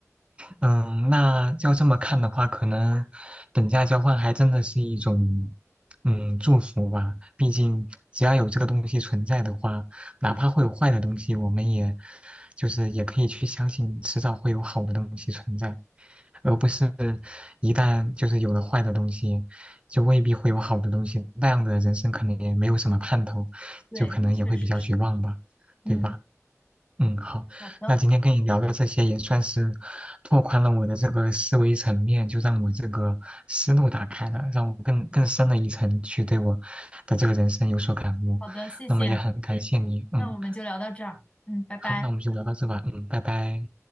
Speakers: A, on the right; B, on the left.
A: 嗯，那要这么看的话，可能等价交换还真的是一种嗯祝福吧。毕竟只要有这个东西存在的话，哪怕会有坏的东西，我们也就是也可以去相信，迟早会有好的东西存在，而不是一旦就是有了坏的东西，就未必会有好的东西。那样的人生可能也没有什么盼头，
B: 对，
A: 就可能也会比较绝望吧，
B: 确实是。嗯，
A: 对吧？嗯，好，
B: 好的，
A: 那今天跟你聊的这些也算是拓宽了我的这个思维层面，就让我这个思路打开了，让我更更深了一层去对我的这个人生有所感悟。
B: 好的，谢谢。
A: 那么也很感谢你，嗯，
B: 那我们就聊到这儿。嗯，拜拜。
A: 好，那我们就聊到这吧，嗯，拜拜。